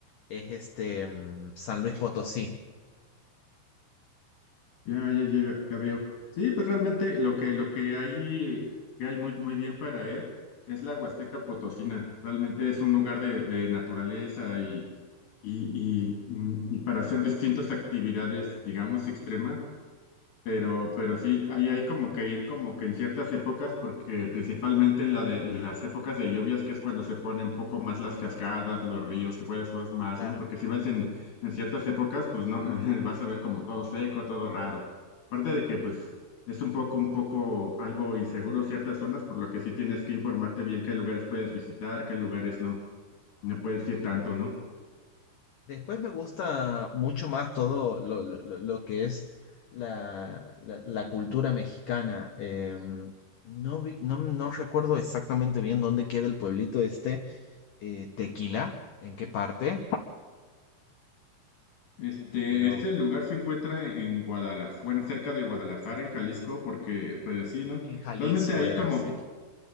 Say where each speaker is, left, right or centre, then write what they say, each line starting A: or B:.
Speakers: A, on the left; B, on the left.
A: es este mm, San Luis Potosí.
B: Ya, ya, ya, ya veo. Sí, pues realmente lo que, lo que hay, que hay muy, muy bien para ver es la Huasteca Potosina. Realmente es un lugar de, de naturaleza y, y, y, mm, y para hacer distintas actividades, digamos, extremas. Pero, pero sí, ahí hay como que ir como que en ciertas épocas, porque principalmente en la de en las épocas de lluvias, que es cuando se ponen un poco más las cascadas, los ríos, que puedes ver más,
A: Claro.
B: ¿no? Porque si vas en, en ciertas épocas, pues no, <laughs> vas a ver como todo seco, todo raro. Aparte de que, pues, es un poco, un poco algo inseguro ciertas zonas, por lo que sí tienes que informarte bien qué lugares puedes visitar, qué lugares no, no puedes ir tanto, ¿no?
A: Después me gusta mucho más todo lo, lo- lo- lo que es la, la- la cultura mexicana. Em, no vi- no, no recuerdo exactamente bien dónde queda el pueblito este, eh, Tequila, ¿en qué parte?
B: Este,
A: Pero
B: este lugar se encuentra en Guadalajara, bueno, cerca de Guadalajara, en Jalisco, porque, pues sí, ¿no?
A: en Jalisco
B: Realmente ahí
A: era,
B: como,
A: sí.